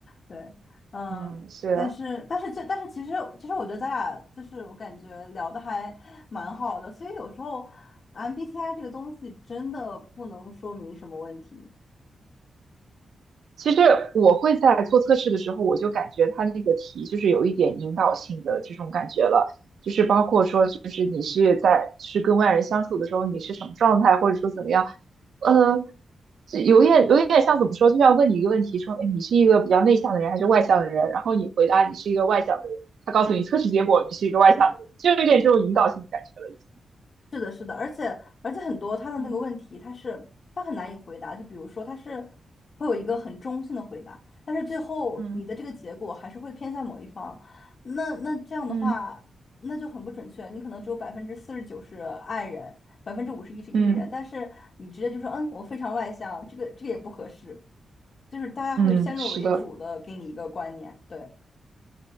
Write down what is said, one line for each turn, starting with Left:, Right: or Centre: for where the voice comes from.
Left: 对，嗯，
Right: <laughs> 嗯，是。
Left: 但是但是这但是其实其实我觉得咱俩就是我感觉聊的还蛮好的，所以有时候 MBTI 这个东西真的不能说明什么问题。
Right: 其实我会在做测试的时候，我就感觉它那个题就是有一点引导性的这种感觉了，就是包括说，就是你是在是跟外人相处的时候，你是什么状态，或者说怎么样，呃，这有点有点像怎么说，就像问你一个问题，说，哎，你是一个比较内向的人还是外向的人？然后你回答你是一个外向的人，他告诉你测试结果你是一个外向的人，就有点这种引导性的感觉了，已经。
Left: 是的，是的，而且而且很多他的那个问题，
Right: 嗯
Left: 他是他很难以回答。就比如说，他是会有一个很中性的回答，但是最后你的这个结果还是会偏向某一方。
Right: 嗯
Left: 那那这样的话，
Right: 嗯
Left: 那就很不准确。你可能只有百分之四十九是爱人，百分之五十一是 E
Right: 嗯
Left: 人，但是你直接就说嗯，我非常外向，这个这个也不合适。就是大家会先入为主的给你一个观念，
Right: 嗯，是的。
Left: 对，